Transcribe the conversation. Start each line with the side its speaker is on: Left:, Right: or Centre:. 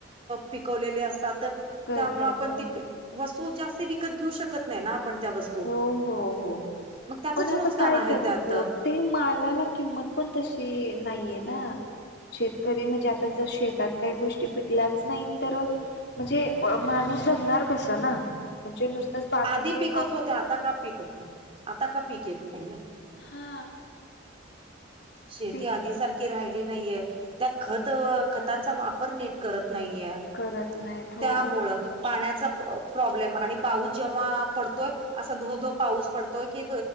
Right: पिकवले असतात
Left: करतात
Right: त्यामुळे आपण
Left: हो
Right: वस्तू जास्ती विकत घेऊ शकत नाही ना आपण त्या वस्तू
Left: हो हो हो
Right: मग त्याचच
Left: पण आता
Right: नुकसान
Left: काय
Right: आहे
Left: करायचं
Right: त्यात
Left: ते मालाला किंमत पण तशी नाहीये ना शेतकरी म्हणजे आता जर शेतात काही गोष्टी पिकल्याच नाही तर म्हणजे माणूस जगणार कस ना म्हणजे नुसतच बाकीचे
Right: आधी पिकत
Left: काम
Right: आता का पिकत नाही आता का पीक येत नाहीय
Left: हा
Right: शेती
Left: पीक
Right: आधी सारख राहिली नाहीये त्यात खत खतांचा वापर नीट करत नाहीये
Left: करत नाहीत हो
Right: त्यामुळे पाण्याचा प्रॉब्लेम पा जेव्हा पडतोय असा धो धो पाऊस पडतोय की